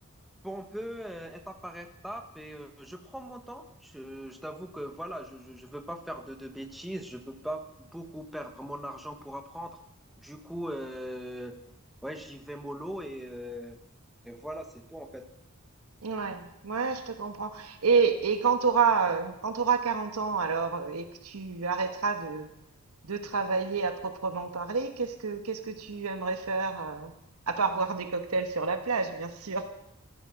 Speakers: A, in the centre; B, on the right.
A: pour peu, euh, étape par étape, et euh, je prends mon temps. Je, je t'avoue que voilà, je ne veux pas faire de, de bêtises, je veux pas beaucoup perdre mon argent pour apprendre. Du coup, euh, ouais, j'y vais mollo et, euh, et voilà, c'est tout en fait.
B: Ouais, ouais, je te comprends. Et, et quand tu auras, quand tu 40 ans alors euh, et que tu arrêteras de, de travailler à proprement parler, qu'est-ce que, qu'est-ce que tu aimerais faire, euh, à part boire des cocktails sur la plage, bien sûr?